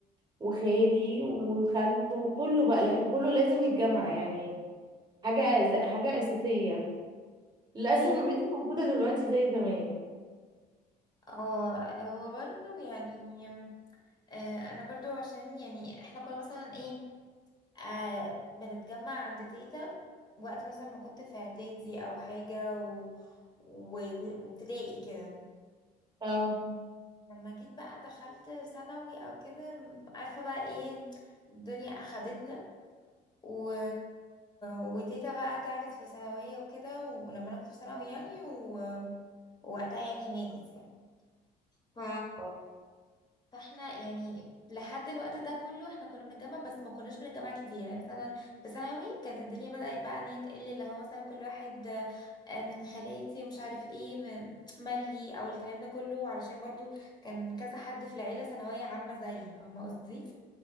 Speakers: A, on the right; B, on the left.
A: وخالي وخالته كله بقى لا- كله لازم يتجمع يعني حاجه أز... حاجه اساسيه للاسف
B: ايوه
A: ما بقتش موجوده دلوقتي زي زمان
B: اه هو برضه يعني آه، انا برضو عشان يعني احنا كنا مثلا ايه آه بنتجمع عند تيتا وقت مثلا ما كنت في اعدادي او حاجة و... و... و- وابتدائي كده
A: اه
B: لما جيت بقى دخلت ثانوي او كده عارفة بقى ايه الدنيا اخدتنا و... وتيتا بقى تعبت في ثانوية وكده ولما انا كنت في ثانوي يعني و... ووقتها يعني ماتت يعني ف
A: اه
B: فاحنا يعني لحد الوقت ده كله احنا كنا بنتجمع بس ما كناش بنتجمع كتير يعني مثلا في ثانوي كانت الدنيا بدأت بقى ان هي تقل اللي هو مثلا كل واحد آه، من خالاتي ومش عارف ايه م- ملهي او الكلام ده كله علشان برضو كان كذا حد في العيلة ثانوية عامة زيي فاهمة قصدي